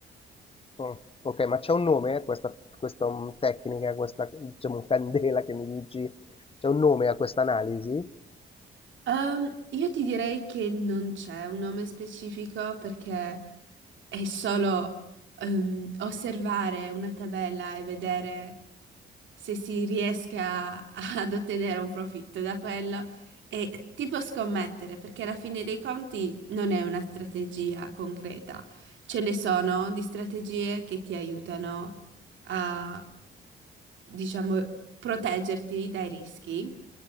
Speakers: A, on the left; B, on the right.
A: Mm. Ok, ma c'è un nome a questa, questa mm, tecnica, a questa, diciamo, candela che mi dici? C'è un nome a questa analisi?
B: Ehm, io ti direi che non c'è un nome specifico perché è solo ehm, osservare una tabella e vedere se si riesca a- <laughs> ad ottenere un profitto da quello e tipo scommettere, perché alla fine dei conti non è una strategia concreta. Ce ne sono di strategie che ti aiutano a, diciamo, proteggerti dai rischi